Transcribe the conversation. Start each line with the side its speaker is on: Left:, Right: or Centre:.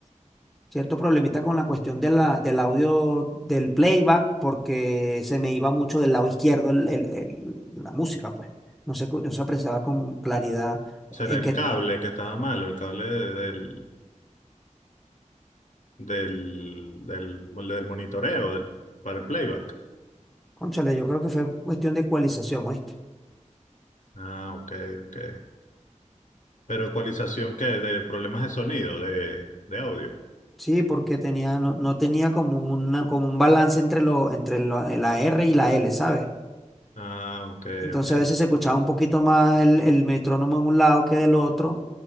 Centre: cierto problemita con la cuestión de la, del audio del playback, porque se me iba mucho del lado izquierdo el- el- el- la música, pues. No se, cu- no se apreciaba con claridad
Left: Será
Centre: en
Left: el
Centre: que,
Left: cable que estaba malo, el cable de- del, del, del, del monitoreo del- para el playback.
Centre: cónchale, yo creo que fue cuestión de ecualización, ¿oíste?
Left: Ah, ok, ok. Pero ecualización, ¿qué? De problemas de sonido, de, de audio.
Centre: Sí, porque tenía, no, no tenía como, una, como un balance entre, lo, entre lo- la R y la L, ¿sabes?
Left: Ah, ok,
Centre: Entonces
Left: ok.
Centre: a veces se escuchaba un poquito más el, el metrónomo en un lado que del otro